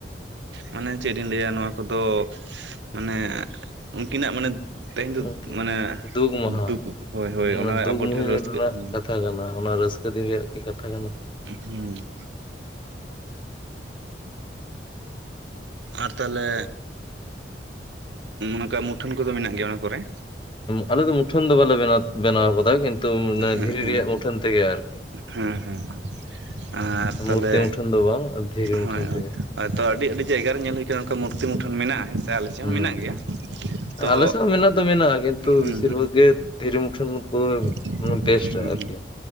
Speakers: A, on the right (about 80°); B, on the left (about 30°).
A: ᱢᱟᱱᱮ ᱪᱮᱫ ᱤᱧ ᱞᱟᱹᱭᱟ ᱱᱚᱣᱟ ᱠᱚᱫᱚ ᱢᱟᱱᱮ ᱩᱱᱠᱤᱱᱟᱜ ᱢᱟᱱᱮ, ᱛᱮᱦᱮᱧ ᱫᱚ
B: ᱜᱚᱝᱠᱮ᱾
A: ᱢᱟᱱᱮ,
B: ᱫᱩᱠ ᱢᱟᱦᱟ
A: ᱫᱩᱠ ᱦᱳᱭ ᱦᱳᱭ
B: ᱢᱟᱱᱮ
A: ᱚᱱᱟ
B: ᱫᱩᱠ
A: ᱟᱵᱚ
B: ᱢᱩᱦᱤᱱᱟ
A: ᱰᱷᱮᱨ ᱨᱟᱹᱥᱠᱟᱹ
B: ᱨᱮᱱᱟᱜ
A: ᱦᱮᱸ
B: ᱠᱟᱛᱷᱟ ᱠᱟᱱᱟ ᱚᱱᱟ ᱨᱟᱹᱥᱠᱟᱹ ᱫᱤᱱ ᱨᱮᱭᱟᱜ ᱠᱤ ᱠᱟᱛᱷᱟ ᱠᱟᱱᱟ᱾
A: ᱦᱩᱸ, ᱟᱨ ᱛᱟᱦᱚᱞᱮ, ᱚᱱᱠᱟ ᱢᱩᱴᱷᱟᱹᱱ ᱠᱚᱫᱚ ᱢᱮᱱᱟᱜ ᱜᱮᱭᱟ ᱚᱱᱟ ᱠᱚᱨᱮ?
B: ᱟᱞᱮ ᱫᱚ ᱢᱩᱴᱷᱟᱹᱱ ᱫᱚ ᱵᱟᱞᱮ ᱵᱮᱱᱟᱣ ᱠᱟᱫᱟ ᱠᱤᱱᱛᱩ
A: ᱦᱮᱸ
B: ᱫᱷᱤᱨᱤ
A: ᱦᱮᱸ
B: ᱨᱮᱭᱟᱜ ᱢᱩᱴᱷᱟᱹᱱ ᱛᱮᱜᱮ ᱟᱨᱠᱤ᱾
A: ᱦᱮᱸ ᱦᱮᱸ᱾ ᱟᱨ ᱛᱟᱦᱚᱞᱮ
B: ᱢᱩᱨᱛᱤ ᱢᱩᱴᱷᱟᱹᱱ ᱫᱚ ᱵᱟᱝ ᱫᱷᱤᱨᱤ ᱢᱩᱴᱷᱟᱹᱱ
A: ᱦᱳᱭ ᱦᱳᱭ,
B: ᱛᱮᱜᱮ
A: ᱦᱳᱭᱛᱚ ᱟᱹᱰᱤ ᱟᱹᱰᱤ ᱡᱟᱭᱜᱟ ᱨᱮ ᱧᱮᱞ ᱦᱩᱭᱩᱜ ᱱᱚᱱᱠᱟ ᱢᱩᱨᱛᱤ ᱢᱩᱴᱷᱟᱹᱱ ᱢᱮᱱᱟᱜᱼᱟ ᱦᱮᱸ ᱥᱮ ᱟᱞᱮ ᱪᱮᱫ
B: ᱦᱩᱸ
A: ᱦᱚᱸ ᱢᱮᱱᱟᱜ ᱜᱮᱭᱟ᱾ ᱛᱚ
B: ᱟᱞᱮ ᱥᱮᱫ ᱦᱚᱸ ᱢᱮᱱᱟᱜ ᱫᱚ ᱢᱮᱱᱟᱜᱼᱟ ᱠᱤᱱᱛᱩ
A: ᱦᱩᱸ
B: ᱵᱮᱥᱤᱨ ᱵᱷᱟᱜᱽ ᱜᱮ ᱫᱷᱤᱨᱤ ᱢᱩᱴᱷᱟᱹᱱ ᱠᱚ,
A: ᱦᱮᱸ
B: ᱢᱟᱱᱮ ᱵᱮᱥᱴᱟ ᱟᱨᱠᱤ